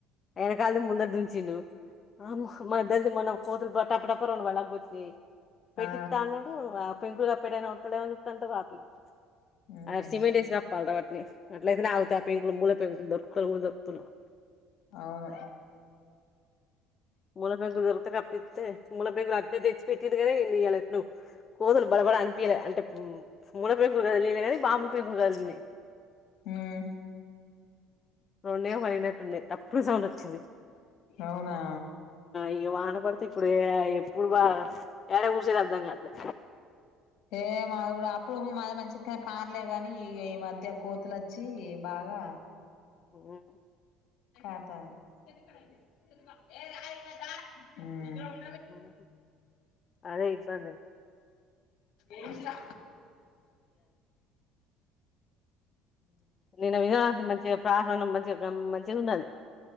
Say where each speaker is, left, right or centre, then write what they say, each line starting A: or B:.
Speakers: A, on the left (about 40°); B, on the left (about 65°).
A: ఎనకాలది ముందటి దున్ చిండు. ఆ మహ మద్దల్ దీ మొన్నా కోతులు బ టప్ప టప్ప రెండు బళగ్ కుర్శీ పెట్టిత్తా
B: ఆ
A: అన్నడూ ఆప్ పెంకుల్ కప్ కప్పేటాయనా ఒత్తడే మో అని చూత్తాంటే రావట్లేడు.
B: ఉహు
A: అర్ సిమెంట్ ఏసి కప్పాల్రా వాట్ని. లేకుంటే ఆగుతయా ఆ పేగులు ముళ్ళ పేగులు దొర్క్తలేవు గూడ దొర్కు <unintelligible>
B: అవును.
A: గూనపెంకుదిరు తగపిత్తే గూనే పెంకులద్ ఇగ దెచ్చి పెట్టిండు గద ఈనియాలెట్నో, కోతులు బడబడ అనిపియలె అంటె ప్ ఫూనే పెంకులు కదిలియలే గని, బాములు పెంకులు గదిలినయ్.
B: ఉమ్
A: రొండే పనినటున్నయ్ తప్ పుర్ సౌండ్ ఒచ్చింది.
B: అవునా
A: ఇగ వాన పడితే, ఇప్పుడు ఏ ఎప్పుడు బా ఏడ కూసేది అర్ధంగాట్లే.
B: ఏ మాది గూడా అప్పుడు మాది మంచికె కార్లే గని, ఈ ఇగ ఈ మధ్య కోతులచ్చి బాగా
A: ఉమ్
B: కార్థంది. ఊ
A: ఆహ అదే ఇబ్బందె
B: ఎంజిర
A: నేను వినవడితిని మంచిగా ప్రసానం మంచి బ్రం మంచిగున్నది,